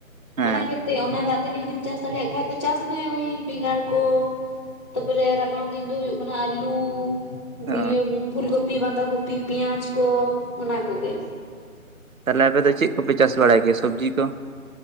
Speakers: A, on the right (about 70°); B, on the left (about 20°).
A: ᱦᱮᱸ
B: ᱚᱱᱟ ᱠᱷᱮᱛ ᱨᱮ <unintelligible> ᱚᱱᱟ ᱫᱟᱜ ᱛᱮᱜᱮ ᱡᱩᱫᱤᱢ ᱪᱟᱥ ᱫᱟᱲᱮᱭᱟᱜ ᱠᱷᱟᱱ ᱫᱚ ᱪᱟᱥ ᱢᱮ ᱳᱭ ᱵᱮᱸᱜᱟᱲ ᱠᱚ ᱛᱟᱯᱚᱨᱮ ᱨᱟᱵᱟᱝ ᱫᱤᱱ ᱫᱚ ᱦᱳᱭᱳᱜ ᱠᱟᱱᱟ ᱟᱹᱞᱩ
A: ᱚ
B: ᱤᱭᱟᱹ <unintelligible> ᱯᱷᱩᱞ ᱠᱚᱯᱤ ᱵᱟᱸᱫᱷᱟ ᱠᱚᱯᱤ <inaudible> ᱯᱮᱭᱟᱡᱽ ᱠᱚ ᱚᱱᱟ ᱠᱚᱜᱮ᱾
A: ᱛᱟᱦᱞᱮ ᱟᱯᱮ ᱫᱚ ᱪᱮᱫ ᱠᱚᱯᱮ ᱪᱟᱥ ᱵᱟᱲᱟᱭ ᱜᱮᱭᱟ ᱥᱚᱵᱽᱡᱤ ᱠᱚ᱾